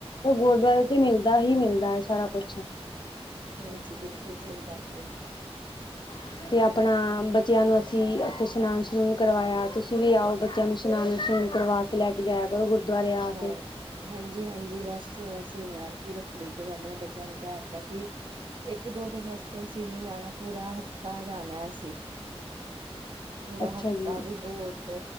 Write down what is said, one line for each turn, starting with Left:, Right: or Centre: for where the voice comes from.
Left: ਗੁਰਦੁਆਰੇ ਤੇ ਮਿਲਦਾ ਹੀ ਮਿਲਦਾ ਹੈ ਸਾਰਾ ਕੁਛ।
Right: ਹਾਂਜੀ ਬਿਲਕੁਲ ਸਹੀ ਗੱਲ।
Left: ਹ। ਤੇ ਆਪਣਾ ਬੱਚਿਆਂ ਨੂੰ ਅਸੀਂ ਉੱਥੇ ਸਸ਼ਨਾਨ ਸਨੂਨ ਕਰਵਾਇਆ ਤੁਸੀਂ ਵੀ ਆਓ ਬੱਚਿਆਂ ਨੂੰ। ਇਸ਼ਨਾਨ ਕਰਵਾ ਕੇ ਲੈ ਕੇ ਜਾਇਆ ਕਰ ਗੁਰਦੁਆਰੇ ਆ
Right: ਹਾਂ
Left: ਕੇ।
Right: ਹਾਂਜੀ ਹਾਂਜੀ ਬਸ ਅਸੀਂ ਮੈਰਕ ਰੱਖੜੀ ਤੇ ਮੈਂ ਆਪਣੇ ਬੱਚਿਆਂ ਨੂੰ ਕਹਿ ਦਿੱਤਾ ਕਿ ਇੱਕ ਦੋ ਦਿਨ ਵਾਸਤੇ ਅਸੀਂ ਨਹੀਂ ਜਾਣਾ ਪੂਰਾ ਹਫ਼ਤਾ ਜਾਣਾ ਅਸੀਂ। ਪੂਰਾ
Left: ਅੱਛਾ
Right: ਹਫ਼ਤਾ
Left: ਜੀ।
Right: ਵੀ ਬਹੁਤ ਤੇ